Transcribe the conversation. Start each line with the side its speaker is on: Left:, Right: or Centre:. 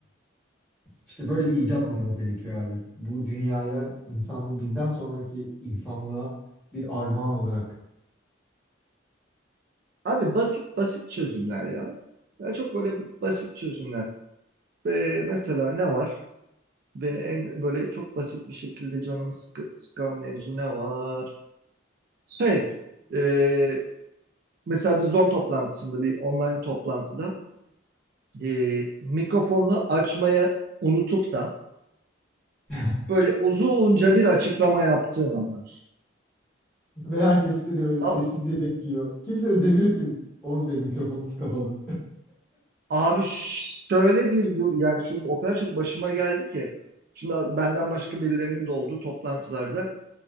Centre: İşte böyle bir icat
Right: Vallahi.
Centre: bulmamız gerekiyor abi. Bu dünyaya insanlık bizden sonraki insanlığa bir armağan olarak.
Right: Abi basit basit çözümler ya. Yani çok böyle basit çözümler. Ve mesela ne var? Beni en böyle çok basit bir şekilde canımı sıkı, sıkan mevzu ne var? Şey, e, mesela bir Zoom toplantısında, bir online toplantıda e, mikrofonunu açmaya unutup da
Centre: <laughs>
Right: böyle uzunca bir açıklama yaptığın anlar.
Centre: Ve herkes seni böyle sessizce
Right: A-
Centre: bekliyor. Kimse de demiyor ki Oğuz Bey mikrofonunuz kapalı.
Right: abi şöyle bir dur, yani şu o kadar çok başıma geldi ki. Şimdi abi benden başka birilerinin de olduğu toplantılarda